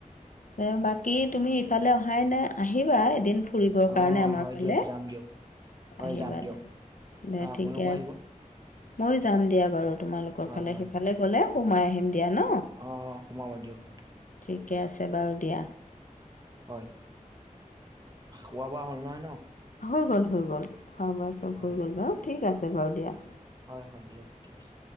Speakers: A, on the left; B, on the right.
A: এ বাকী তুমি ইফালে অহাই নাই আহিবা। এদিন ফুৰিবৰ
B: অ
A: কাৰণে আমাৰ
B: হয়
A: ফালে
B: দিয়ক যাম দিয়ক হয়
A: আহিবা
B: যাম দিয়ক
A: তে দে
B: হয়
A: ঠিকে
B: আপোনালোকো
A: আছে
B: আহিব
A: ময়ো যাম দিয়া বাৰু তোমালোকৰ
B: হয়
A: ফালে
B: হয়
A: সিফালে গলে সোমাই আহিম। দিয়া ন
B: অ সোমাবা দিয়ক অ।
A: ঠিকে আছে বাৰু দিয়া।
B: হয় খোৱা বোৱা হ'ল নহয় ন।
A: হৈ গ'ল হৈ গ'ল খোৱা বোৱা চব
B: হয়
A: হৈ গ'ল বাৰু। ঠিক আছে বাৰু দিয়া।
B: হয় হয় দিয়ক ঠিক আছে।